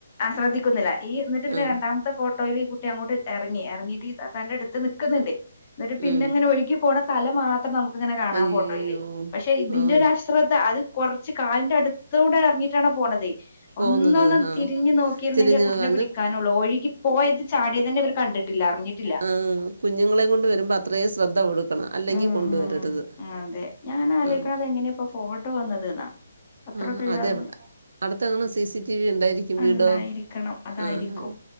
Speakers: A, on the left; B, on the right.
A: ആഹ ശ്രദ്ധിക്കുന്നില്ല ഈ എന്നിട്ട് പിന്നെ
B: ആഹ്
A: രണ്ടാമത്തെോഫോട്ടോ ട്ടോൽ ഈ കുട്ടി അങ്ങോട്ട് ഇറങ്ങി ഇറങ്ങിയിട്ട് താതൻറെ അടുത്ത് നിൽക്കുന്നണ്ട് എന്നിട്ട് പിന്നെ
B: ഉം
A: ഇങ്ങനെ ഒഴുകി പോകണ തല മാത്രം നമുക്ങ്ങനെ കാണാം
B: അയ്യോ
A: ഫോട്ടോയിൽ പക്ഷെ ഇതിന്റെ
B: ആഹ്
A: ഒരു അശ്രദ്ധ അത് കുറച്ച് കാലിന്റെ അടുത്ത കൂടെ ഇറങ്ങിട്ടാണ് പോണതേ
B: പോകുന്നത്
A: ഒന്നന്നാം
B: ആഹ്
A: തിരിഞ് നോക്കിരുന്നെങ്കി
B: തിരിഞ്ഞ്
A: ആഹ കുട്ടിനെ
B: അന്ന്
A: പിടിക്കാനുള്ളൂ ഒഴുകി പോയത് ചാടിയെ തന്നെ ഇവർ കണ്ടിട്ട് ട്ടില്ല അറിഞ്ഞിട്ടില്ല
B: അഹ കുഞ്ഞുങ്ങളെ കൊണ്ട് വരുമ്പോൾ അത്രയും ശ്രദ്ധ കൊടുക്കണം അല്ലെങ്കിൽ
A: ഉം
B: കൊണ്ടുവരരുത്
A: ഉം അതെ ഞാൻ ആലോക്കണത്
B: ആഹ്
A: എങ്ങനെയ ഇപ്പ ഫോട്ടോ വന്നത് എന്നാ അത്ര
B: ആഹ്
A: പ്രയാറന്ന്
B: അതെവിടെ അടുത്തങ്ങനെ സി സി ടി വി ഉണ്ടായിരിക്കും വീടോ
A: ണ്ടായിരിക്കണം അതായിരിക്കും
B: ആഹ്